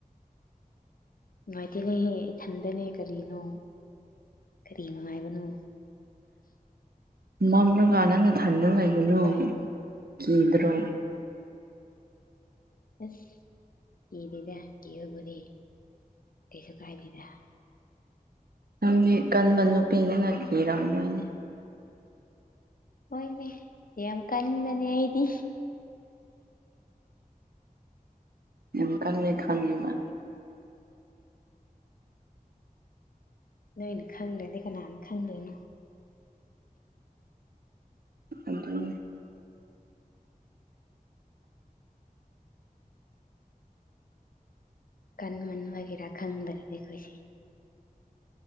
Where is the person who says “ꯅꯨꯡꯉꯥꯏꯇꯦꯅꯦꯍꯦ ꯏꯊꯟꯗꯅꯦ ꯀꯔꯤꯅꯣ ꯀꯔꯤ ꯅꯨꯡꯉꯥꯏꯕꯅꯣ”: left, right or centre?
Left